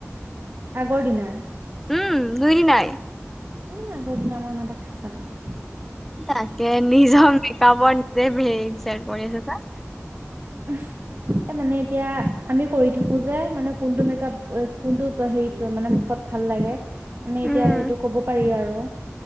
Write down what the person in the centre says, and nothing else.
উম' দুই দিনাই।
তাকে নিজৰ মেকআপৰ নিজে হে ইনছাল কৰি আছে চা
উম,